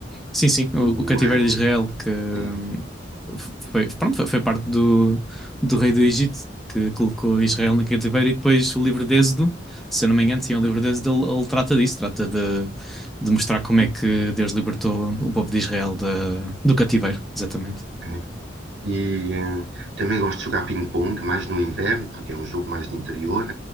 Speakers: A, in the centre; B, on the right.
A: Sim, sim,
B: O,
A: o, o cativeiro
B: ah,
A: de Israel, que hum,
B: é,
A: foi, pronto, foi, foi parte do, do rei do Egito, que colocou Israel no cativeiro, e depois o livro de Êxodo, se eu não me engano, sim, é o livro de Êxodo, ele, ele trata disso, trata de, de mostrar como é que Deus libertou o povo de Israel da- do cativeiro, exatamente.
B: é. E ah, também gosto de jogar ping-pong, mais no inverno, porque é um jogo mais de interior.